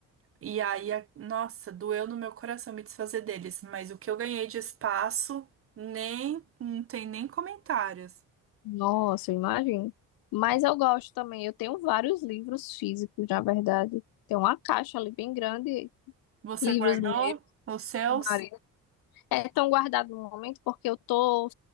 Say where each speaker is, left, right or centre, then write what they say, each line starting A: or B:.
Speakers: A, on the right (about 35°); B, on the left (about 60°).
A: E aí, a- nossa, doeu no meu coração me desfazer deles, mas o que eu ganhei de espaço, nem, não tem nem comentários.
B: Nossa, eu imagino. Mas eu gosto também, eu tenho vários livros físicos, na verdade. Tem uma caixa ali bem grande,
A: Você
B: livros
A: guardou
B: meus.
A: os seus?
B: Meu marido é tão guardado no momento porque eu tô